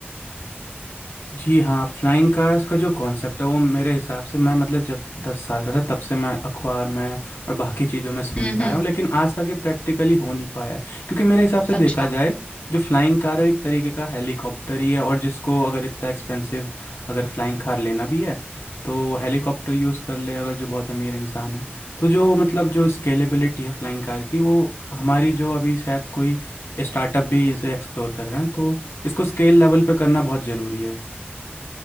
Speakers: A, on the left (about 85°); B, on the left (about 30°).
A: जी हाँ फ्लाइंग कार्स का जो कॉन्सेप्ट है वो मेरे हिसाब से मैं मतलब जब दस साल का था तब से मैं अखबार में और बाकी चीज़ों में सुनता
B: हम्म हम्म
A: आया हूँ लेकिन आज तक ये प्रैक्टिकली हो नहीं पाया है क्योंकि मेरे हिसाब से देखा
B: अच्छा
A: जाए जो फ्लाइंग कार है वो एक तरीके का हेलीकॉप्टर ही है और जिसको अगर इतना एक्सपेंसिव अगर फ्लाइंग कार लेना भी है तो वो हेलीकॉप्टर यूज़ कर ले अगर जो बहुत अमीर इंसान है तो जो मतलब जो स्केलेबिलिटी है फ्लाइंग कार की वो हमारी जो अभी शायद कोई स्टार्टअप भी इसे एक्सप्लोर कर रहे हैं तो इसको स्केल लेवल पे करना बहुत ज़रूरी है